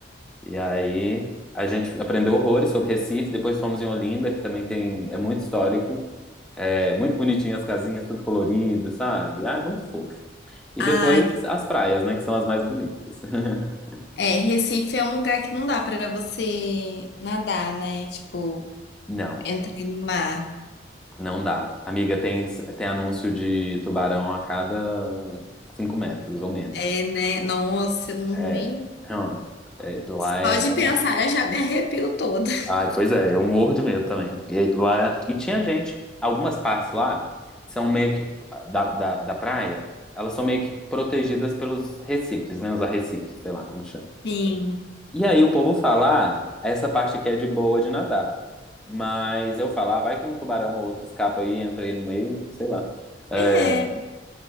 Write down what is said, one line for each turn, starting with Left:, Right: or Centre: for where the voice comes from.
Centre: E aí, a gente aprendeu horrores sobre Recife. Depois fomos em Olinda, que também tem, é muito histórico. É muito bonitinho as casinhas, tudo colorido, sabe? Ah, é muito fofo. E
Left: Ai,
Centre: depois as praias, né? Que são as mais bonitas. <laughs>
Left: É, Recife é um lugar que não dá pra você nadar, né? Tipo,
Centre: Não,
Left: entrar no mar.
Centre: não dá. Amiga, tem, tem anúncio de tubarão a cada 5 metros ou menos.
Left: É, né? Nossa, eu não-
Centre: É,
Left: nem.
Centre: hum, é, lá
Left: Só
Centre: é babado.
Left: de pensar eu já me arrepio toda.
Centre: Ai, pois é, eu morro de medo também. E, lá, é, e tinha gente, algumas partes lá são meio que da, da, da praia, elas são meio que protegidas pelos recifes, né? Os arrecifes, sei lá como que chama.
Left: Sim.
Centre: E aí o povo fala, ah, essa parte aqui é de boa de nadar. Mas eu falo, ah, vai que um tubarão ou outro escapa aí, entra aí no meio, sei lá. É,
Left: É.